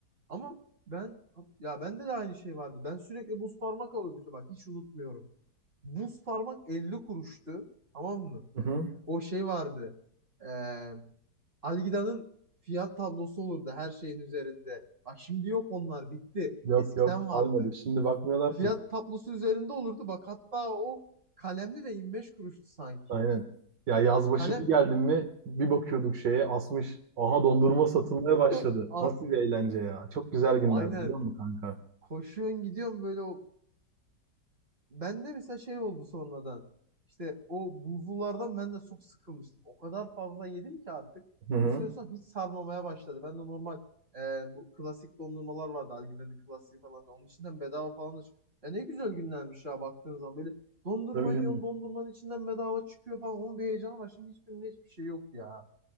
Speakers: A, on the right; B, on the right.
A: Ama ben ya bende de aynı şey vardı. Ben sürekli buz parmak alıyordum. İşte bak hiç unutmuyorum. Buz parmak 50 kuruştu. Tamam mı?
B: Hı hı.
A: O şey vardı. Eee Algida'nın fiyat tablosu olurdu her şeyin üzerinde. Bak şimdi yok onlar bitti.
B: Yok
A: Eskiden
B: yok
A: vardı.
B: kalmadı. Şimdi bakmıyorlar
A: Fiyat
B: ki.
A: tablosu üzerinde olurdu. Bak hatta o kalemli de 25 kuruştu sanki.
B: Aynen. Ya yaz başı
A: Kalem
B: bir geldim mi bir bakıyorduk şeye asmış. Aha dondurma satılmaya başladı.
A: <laughs> A-
B: Nasıl bir eğlence ya. Çok güzel günler
A: aynen.
B: biliyor musun kanka?
A: Koşuyorsun gidiyorsun böyle o Ben de mesela şey oldu sonradan. İşte o buzlulardan ben de çok sıkılmıştım. O kadar fazla yedim ki artık.
B: Hı hı.
A: Bir süre sonra hiç sarmamaya başladı. Ben de normal e, bu klasik dondurmalar vardı. Algiden'in klasiği falan. Onun içinden bedava falan da çıkıyor. Ya ne güzel günlermiş ya baktığın zaman. Böyle dondurma
B: Tabii canım.
A: yiyorsun dondurmanın içinden bedava çıkıyor falan. Onun bir heyecanı var. Şimdi hiçbirinde hiçbir şey yok ya.